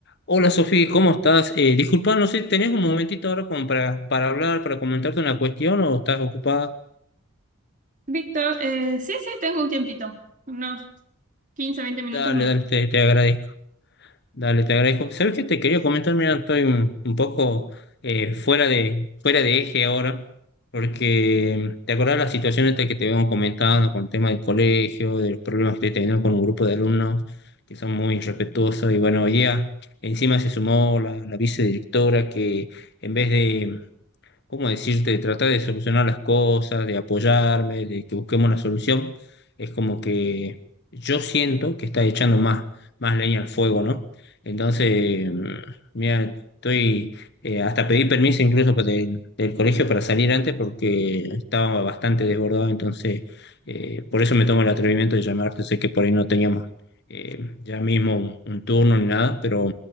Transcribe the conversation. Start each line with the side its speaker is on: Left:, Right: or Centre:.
Left: Hola Sofía, ¿cómo estás? Eh, disculpa, no sé, ¿tenés un momentito ahora como para, para hablar, para comentarte una cuestión o estás ocupada?
Right: Víctor, eh, sí, sí, tengo un tiempito, unos 15, 20 minutos
Left: Dale,
Right: me
Left: dale,
Right: puedo.
Left: te, te agradezco. Dale, te agradezco. ¿Sabes qué te quería comentar? Mira, estoy un, un poco eh, fuera de, fuera de eje ahora, porque mm, te acordás la situación esta que te habíamos comentado con el tema del colegio, de los problemas que estoy teniendo con un grupo de alumnos que son muy irrespetuosos y bueno, hoy día encima se sumó la, la vicedirectora que en vez de ¿cómo decirte?, de tratar de solucionar las cosas, de apoyarme, de que busquemos la solución, es como que yo siento que está echando más, más leña al fuego, ¿no? Entonces, mm, mira, estoy, eh, hasta pedí permiso incluso para del, del colegio para salir antes porque estaba bastante desbordado, entonces, eh, por eso me tomo el atrevimiento de llamarte, sé que por ahí no teníamos eh, ya mismo un un turno ni nada, pero